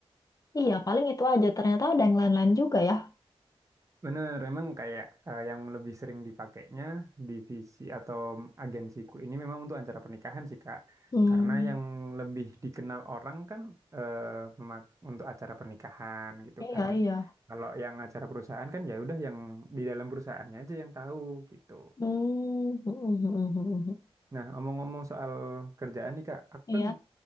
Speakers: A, on the left (about 35°); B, on the right (about 30°).
A: Iya, paling itu aja. Ternyata ada yang lain-lain juga ya.
B: Bener, emang kayak eh, yang lebih sering dipakainya divisi atau agensiku ini memang untuk acara pernikahan sih, Kak.
A: Hmm,
B: Karena yang lebih dikenal orang kan eh, memak- untuk acara pernikahan gitu
A: iya
B: karena
A: iya.
B: kalau yang acara perusahaan kan ya udah yang di dalam perusahaannya aja yang tahu gitu.
A: Hmm,
B: Nah, omong-omong soal kerjaan nih Kak, aku
A: <laughs> iya.
B: kan